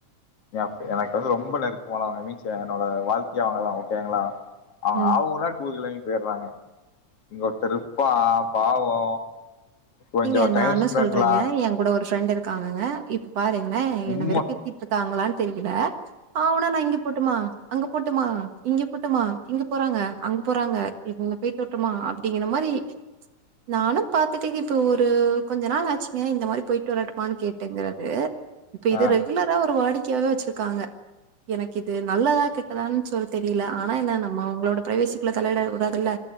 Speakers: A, on the left; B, on the right.
A: ஏ ஃப் எனக்கு வந்து ரொம்ப நெருக்கமானவங்க மீன்ஸ் என்னோட வாழ்க்கையே அவங்கதா ஓகேங்களா அவ்ங்
B: ம்
A: ஆ ஊனா டூர் கெளம்பி பொய்ர்றாங்க இங்க ஒருத்தருப்பா பாவோ கொஞ்சோ
B: நீங்க நானு
A: டைம் ஸ்பெண்ட்லா
B: சொல்றங்க ஏங் கூட ஒரு ஃப்ரெண்டு இருக்காங்கங்க இப் பாருங்களே
A: சும்மா
B: என்ன வெறுப்பேத்திட்ருக்காங்களான் தெரியில ஆ ஊனா நா இங்கெ போட்டுமா அங்க போட்டுமா இங்க போட்டுமா இங்க போறாங்க அங்க போறாங்க இப்ப ங்க பொய்ட்டு வரட்டுமா அப்டிங்கிற மாரி நானு பாத்துட்டே இர் இப்போ ஒரு கொஞ்ச நாள் ஆச்சுங்க இந்த மாரி பொய்ட்டு வரட்டுமான்னு கேட்டுங்க அது இப்ப இது
A: ஆ
B: ரெகுலரா ஒரு வாடிக் கீவோ வச்சிருக்காங்க எனக்கு இது நல்லதா கெட்டதான்னு சொல்ல தெரியல ஆனா என்ன நம்ம அவங்களோட பிரைவேசிக்குள்ள தலையிட கூடதுல்ல